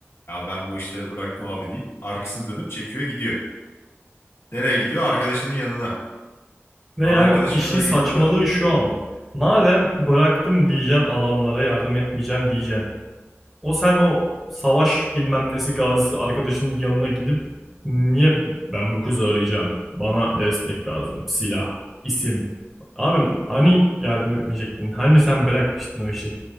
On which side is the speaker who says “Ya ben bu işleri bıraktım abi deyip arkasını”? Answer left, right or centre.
Left